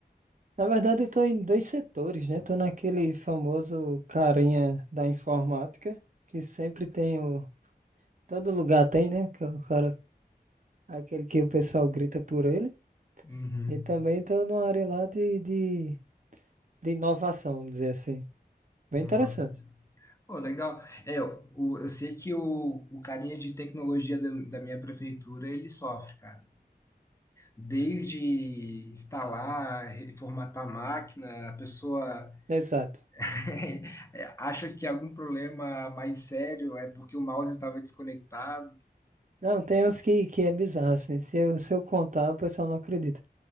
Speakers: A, on the right (about 50°); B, on the left (about 20°).
A: na verdade eu tô em dois setores, né? Tô naquele famoso carinha da informática, que sempre tem o... Todo lugar tem, né? Que é O cara, aquele que o pessoal grita por ele.
B: Uhum.
A: E também tô numa área lá de, de, de inovação, vamos dizer assim. Bem
B: Nossa.
A: interessante.
B: Pô, legal. É, o, eu sei que o, o carinha de tecnologia da, da minha prefeitura, ele sofre, cara. Desde instalar, reformatar a máquina, a pessoa
A: Exato.
B: <laughs> acha que é algum problema mais sério é porque o mouse estava desconectado.
A: Não, tem uns que, que é bizarro, assim. Se eu, se eu contar, o pessoal não acredita.